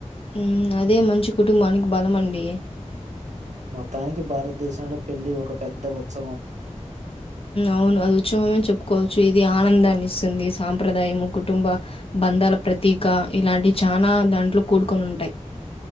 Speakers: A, on the left; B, on the right.
A: మ్ అదే మంచి కుటుంబానికి బలం అండి
B: మొత్తానికి భారతదేశంలో పెళ్ళి ఒక పెద్ద ఉత్సవం
A: అవును అది ఉత్సవమే చెప్పుకోవచ్చు ఇది ఆనందాన్ని ఇస్తుంది సాంప్రదాయం కుటుంబ బంధాల ప్రతీక ఇలాంటి చాలా దాంట్లో కూడుకొని ఉంటాయి